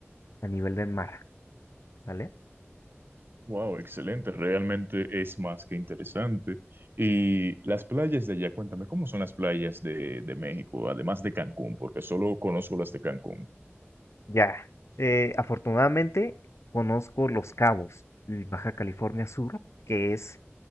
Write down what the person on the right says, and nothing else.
Wow, excelente, realmente es más que interesante. Y las playas de allá, cuéntame, ¿cómo son las playas de, de México, además de Cancún? Porque solo conozco las de Cancún.